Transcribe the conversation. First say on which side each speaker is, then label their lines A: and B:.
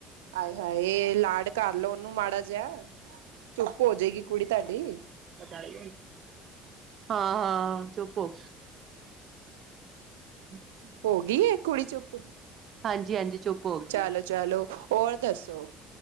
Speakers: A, on the right; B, on the right.
A: ਆਏ ਹਾਏ ਲਾਡ ਕਰ ਲੋ ਓਨੂੰ ਮਾੜਾ ਜੇਆ, ਚੁੱਪ ਹੋ ਜੇਗੀ ਕੁੜੀ ਧਾਡੀ।
B: ਪਤਾ <unintelligible> ਹਾਂ ਹਾਂ ਚੁਪ ਓ। ਅੱਛਾ।
A: ਹੋ ਗਈ ਏ ਕੁੜੀ ਚੁੱਪ
B: ਹਾਂਜੀ-ਹਾਂਜੀ ਚੁੱਪ ਹੋ ਗਈ
A: ਚਲੋ-ਚਲੋ ਹੋਰ ਦੱਸੋ